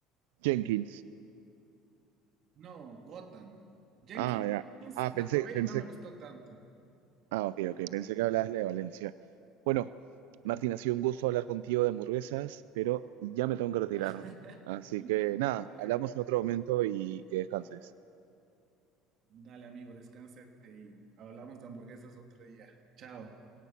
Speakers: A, on the right; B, on the right.
A: Jenkins.
B: No, Gotham. Jenkins
A: Ah, ya. Ah, pensé,
B: la probé
A: pensé.
B: y no me gustó tanto.
A: Ah, ok, ok, pensé que hablabas de Valencia. Bueno, Martín, ha sido un gusto hablar contigo de hamburguesas, pero ya me tengo que
B: <laughs>
A: retirar.
B: Da-
A: Así
B: <laughs>
A: que nada,
B: Dale.
A: hablamos en otro momento y que descanses.
B: Dale, amigo, descanse y hablamos de hamburguesas otro día. Chao.